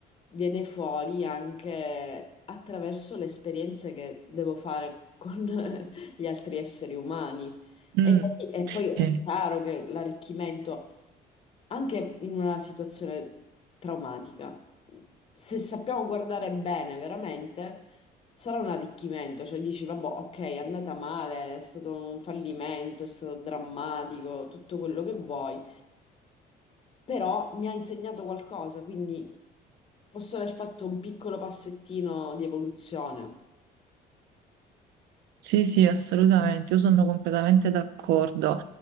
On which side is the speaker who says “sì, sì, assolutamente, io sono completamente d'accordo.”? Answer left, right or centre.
Right